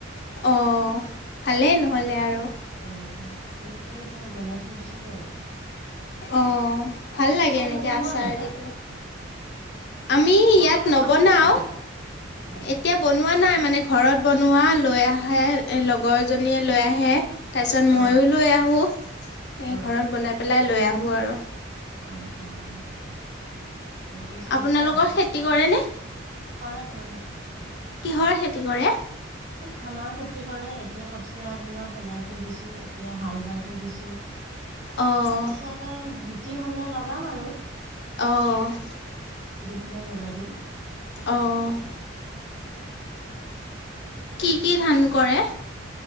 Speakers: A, on the left; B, on the right.
A: অ ভালেই নহলে আৰু,
B: অ' তেনেকেই ধৰে বনাই থৈ দিছো আৰু,
A: অ ভাল লাগে
B: তোমালোকে
A: এনেকে
B: বনোৱা
A: আচাৰ
B: নাই তাত?
A: দি পেলাই, আমি
B: তোমালোকে
A: ইয়াত নবনাওঁ,
B: বনাইছা নেকি তাত? অ
A: এতিয়া বনোৱা নাই মানে ঘৰত বনোৱা লৈ আহে এই লগৰজনীয়ে লৈ আহে, তাৰপিছত
B: অ
A: ময়ো লৈ আহোঁ, এই
B: অ
A: ঘৰত বনাই পেলাই লৈ, আহোঁ <unintelligible>
B: অ', অ'। তেনেকেই চলিছে
A: আপোনালোকৰ
B: আৰু।
A: খেতি কৰেনে?
B: কৰে, কৰে।
A: কিহৰ খেতি কৰে?
B: ধানৰ খেতি কৰে, এতিয়া কঠীয়া ধানৰ পেলাই থৈ দিছোঁ, এতিয়া হাল বাই থৈ, দিছোঁ।
A: অ',
B: তাৰপিছত আৰু <unintelligible> তি হলে লগাম আৰু
A: অ'
B: <unintelligible> লগাই দিম।
A: অ', কি কি ধান কৰে?